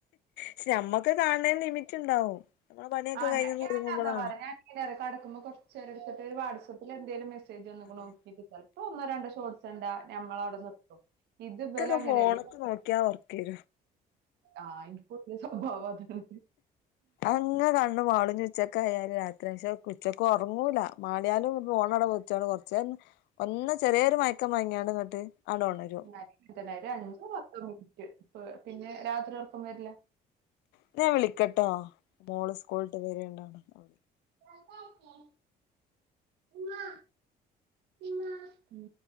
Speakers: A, on the left; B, on the right.
A: ക്ഷേ ഞമ്മക്ക് കാണണേന് ലിമിറ്റ് ഇണ്ടാവും നമ്മളെ പണിയൊക്കെ
B: ആഹ്
A: കഴിഞ്ഞൊന്ന്
B: ഞ ഞാൻ
A: ഒരുങ്ങുമ്പളാണ്
B: അതാപറയാ ഞാന് എങ്ങനാന്ന് അറിയുവോ കടക്കുമ്പോ കുറച്ച് നേരം എടുത്തിട്ട് വാട്സാപ്പിൽ എന്തേലും മെസേജ് വന്നോ
A: അതെ
B: നോക്കിരി ചിലപ്പോ ഒന്നോ രണ്ടോ ഷോട്ട്സ്ണ്ടാ ഞമ്മള് അവിടെ നിർത്തും ഇത്
A: ഇൻക്കൊക്കെ
B: ഇവര് അങ്ങനെയല്ല
A: ഫോണ്ക്ക്
B: <unintelligible>
A: നോക്കിയാ ഒറക്കേരും
B: ആഹ് എനിക്ക് പൊതുവെ സ്വഭാവം അതാണ്
A: അതങ്ങ് കണ്ണ് മാളും ഉച്ചക്കയാലും രാത്രിയാ ക്ഷേ ഉച്ചക്ക് ഒറങ്ങൂല മാളിയാലും ഫോണട വെച്ചാണ്ട് കുറച്ച് ഒന്ന് ചെറിയൊരു മയക്കം മയങ്ങിയണ്ട് ങ്ങട്ട് ആണ്ട് ഓണരും
B: <unintelligible> അഞ്ചോ പത്തോ മിനിറ്റ് ഇപ്പ പിന്നെ രാത്രി ഒർക്കം വരില്ല
A: ന്നാ ഞാൻ വിളിക്കട്ടോ മോള് സ്കൂള് വിട്ട് വരണ്ട്
B: ചതട്ടേ <unintelligible> ഉമ്മാ ഉമ്മാ ഉം